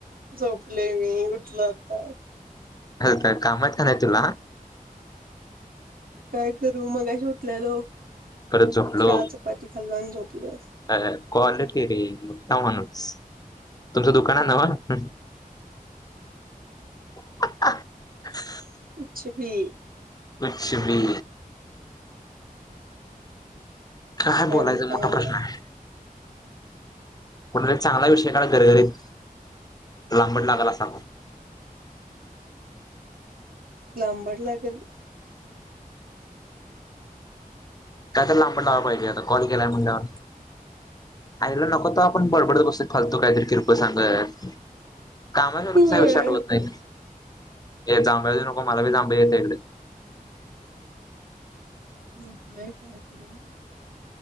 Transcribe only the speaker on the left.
हल... कायं कामा आहेत का नाही तुला?
परत झोपलो
अ, क्वालिटी <unintelligible> माणूस. तुमचं दुकान हाय न्हवं? <inaudible>
लक्ष्मी. काय
बोलायचा मोठा प्रश्न
आहे? चांगला विषय का गरगरीत.. लांबड लागाल असा. <inaudible>
काय तर लांबड लावायला पाहिजे. आता कॉल केलाय म्हंटल्यावर. आईला नको तवा.. आपण बडबडत बसतोय फालतू काहीतरी किरकोळ सांगत. कामाच्या वक्ताला
विषयं आठवत नाही. हे जांभल्या देऊ नको. मला बी जांभल्या येतत इकडे.